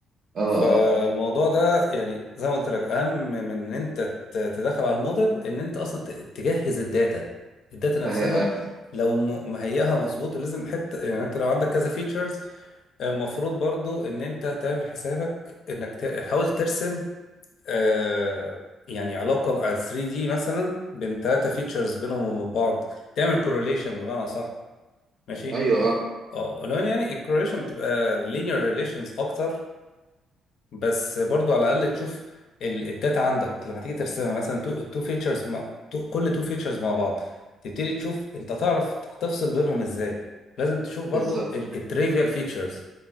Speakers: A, on the right; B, on the left.
A: اه اه
B: فالموضوع ده يعني زي ما قلت لك اهم من ان انت ت- تدخل على الموديل ان انت اصلا ت- تجهز الداتا الداتا نفسها
A: آه، آه. آه.
B: لو م- مهيئها مظبوط ولازم حته يعني انت لو عندك كذا فيتشرز المفروض برضو ان انت تعمل حسابك انك ت- تحاول ترسم آه يعني علاقه على 3 دي مثلا بين ثلاثه فيتشرز بينهم وبين بعض تعمل كورليشن بمعنى صح ماشي
A: ايوه اه
B: اه ولو ان يعني الكورليشن بتبقى لينير ريليشنز اكتر بس برضو على الاقل تشوف ال- الداتا عندك لما تيجي ترسمها مثلا تو تو فيتشرز مع تو كل تو فيتشرز مع بعض تبتدي تشوف انت تعرف هتفصل بينهم ازاي لازم تشوف برضو
A: بالظبط
B: التريفيال فيتشرز